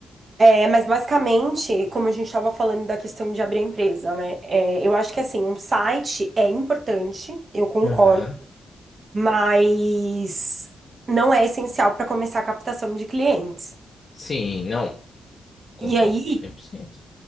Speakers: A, on the right (about 35°); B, on the left (about 35°).
A: É, mas basicamente, como a gente estava falando da questão de abrir a empresa, né? É, eu acho que assim, um site é importante, eu concordo,
B: aham.
A: mas não é essencial para começar a captação de clientes.
B: Sim, não. Concordo
A: E aí,
B: 100%.